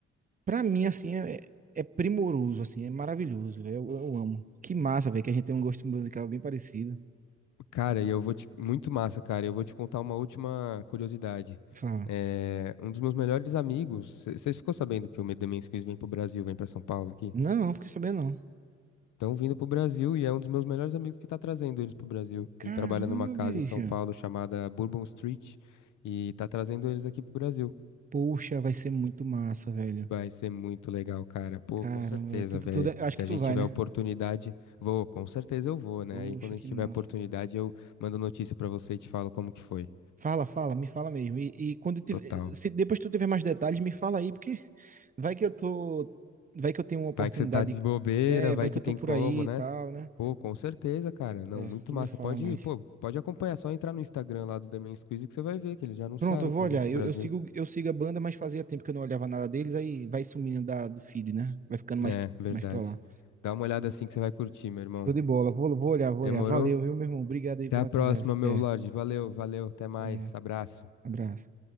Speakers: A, on the right; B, on the left.
A: Pra mim, assim, é, é é primoroso, assim, é maravilhoso, velho. Eu, eu amo. Que massa, velho, que a gente tem um gosto musical bem parecido.
B: Cara, e eu vou te... Muito massa, cara. Eu vou te contar uma última curiosidade.
A: Fala,
B: É, Um dos meus melhores amigos... Vocês ficou sabendo que o Demen's Quiz vem pro Brasil, vem pra São Paulo aqui?
A: não, fiquei sabendo não.
B: Estão vindo pro Brasil e é um dos meus melhores amigos que tá trazendo eles pro Brasil.
A: Caramba,
B: Ele trabalha numa casa
A: bicha.
B: em São Paulo chamada Bourbon Street e tá trazendo eles aqui pro Brasil.
A: Poxa, vai ser muito massa, velho.
B: Vai ser muito legal, cara. Pô,
A: Caramba,
B: com certeza,
A: velho. tu, tu,
B: velho.
A: tu- acho
B: Se
A: que
B: a
A: tu
B: gente
A: vai,
B: tiver
A: né?
B: oportunidade, vou, com certeza eu vou, né?
A: Poxa,
B: Aí quando a
A: que
B: gente tiver
A: massa.
B: oportunidade, eu mando notícia pra você e te falo como que foi.
A: Fala, fala, me fala mesmo. E, e quando tiver,
B: Total.
A: se depois tu tiver mais detalhes, me fala aí, porque vai que eu tô, vai que eu tenho uma oportunidade,
B: Vai que você tá de bobeira,
A: é,
B: vai
A: vai que
B: que
A: eu tô
B: tem
A: por
B: como,
A: aí e
B: né?
A: tal, né?
B: Pô, com certeza, cara. Não,
A: É,
B: muito
A: tu
B: massa.
A: me fala
B: Pode
A: mais.
B: ir, pô, pode acompanhar. Só entrar no Instagram lá do The Men's Quiz que você vai ver que eles já anunciaram
A: Pronto, eu vou
B: que vão
A: olhar.
B: vir pro
A: Eu,
B: Brasil.
A: eu sigo, eu sigo a banda, mas fazia tempo que eu não olhava nada deles, aí vai sumindo da, do feed, né? Vai ficando mais,
B: É, verdade.
A: mais pra lá.
B: Dá uma olhada assim que você vai curtir, meu irmão.
A: Show de bola. Vou, vou olhar, vou
B: Demorou?
A: olhar. Valeu, viu, meu irmão? Obrigado aí
B: Até
A: pela
B: a próxima,
A: conversa.
B: meu
A: Até.
B: Lorde. Valeu, valeu. Até mais.
A: Valeu.
B: Abraço.
A: Abraço.